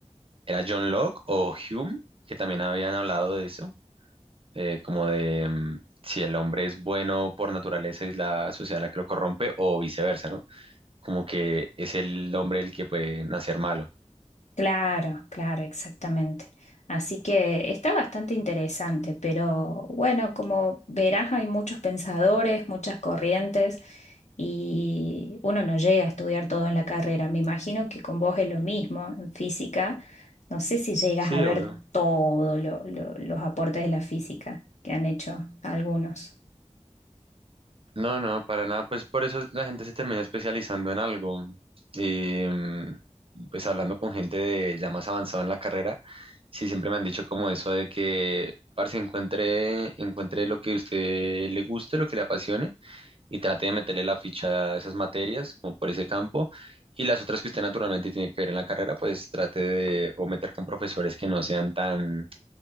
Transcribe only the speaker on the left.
Claro, claro, exactamente. Así que está bastante interesante, pero bueno, como verás, hay muchos pensadores, muchas corrientes y uno no llega a estudiar todo en la carrera. Me imagino que con vos es lo mismo en física. No sé si llegas
a ver
todos los aportes de la física que han hecho algunos.